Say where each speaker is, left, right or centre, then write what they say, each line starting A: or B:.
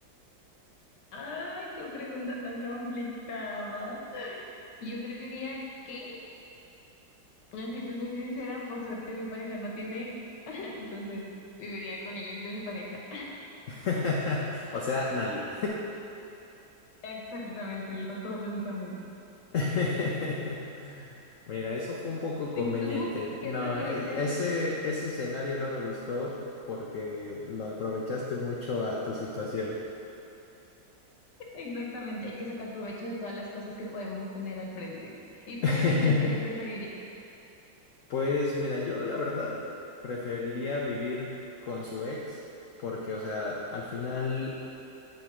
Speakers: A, on the left; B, on the left.
A: Ay, qué pregunta tan complicada. Yo creería que, si te soy sincera, por suerte mi pareja no tiene ex, <laughs> entonces viviría con el ex de mi pareja.
B: <laughs> O sea, nadie.
A: <laughs> Exactamente, los dos únicamente.
B: <laughs> Mira, eso fue un poco conveniente.
A: ¿Y tú qué
B: No,
A: preferirías?
B: e- ese, ese escenario no me gustó porque lo aprovechaste mucho a tu situación.
A: Exactamente, hay que sacar provecho de todas las cosas que podemos tener al frente. Y tú
B: <laughs>
A: imagínate qué preferirías.
B: Pues mira, yo la verdad preferiría vivir con su ex porque, o sea, al final